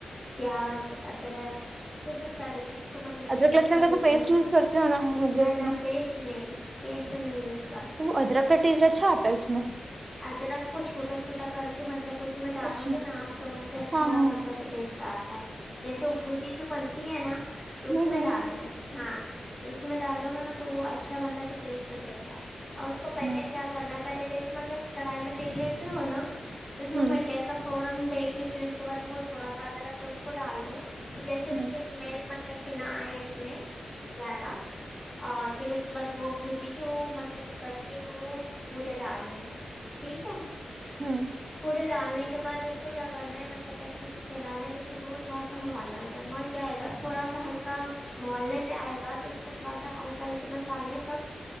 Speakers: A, on the left; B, on the right.
A: پیاز ادرک یہ سب سارے چیز کو مطلب کہ
B: ادرک
A: کٹ
B: لہسن
A: کر
B: کا تو
A: لینا
B: پیسٹ
A: ہے
B: یوز کرتے ہو نا ہوگے
A: نہ
B: اس میں
A: نہ پیسٹ نہیں پیسٹ نہیں یوز کر
B: ادرک کٹیزا چا آتا ہے اس میں
A: ادرک کو چھوٹا چھوٹا کر کے مطلب اس میں ڈالو
B: اچھا
A: گے نا آپ تو اس سے اچھا
B: ہاں ہاں
A: مطلب کہ ٹیسٹ آتا جیسے بھوجی جو بنتی ہے نا تو
B: ہوں
A: اس
B: ہوں ہوں
A: میں ڈالنا ہے ہاں تو اس میں ڈالو گا نا تو وہ اچھا مطلب کہ ٹیسٹ ہو دیتا ہے اور اس کو پہلے
B: ہاں
A: کیا کرنا ہے پہلے جیسے مطلب کہ کڑھی میں تیل لیتے ہو نا <unintelligible>
B: ہوں
A: دیک کے پھر اس کے بعد وہ تھوڑا سا آدا رکھ کے اس کو ڈال دو کہ جیسے اس
B: ہوں
A: کی اسمیل مطلب کہ نہ آئے اس میں زیادہ اور پھر اس کے بعد وہ بھجی جو مطلب کہ کٹ کے وہ ے ڈالنے ٹھیک ہے
B: ہوں
A: پورے ڈالنے اس کے بع اس کو کیا کرنا ہے مطلب کہ اچھے سے چلانا ہے جب تک وہ تھوڑا سا محال نہ جائے مول جائے گا تھوڑا سا ہلکا محالنے پہ آئے گا تو اس میں تھوڑا سا ہلکا ہلکا مسالے سب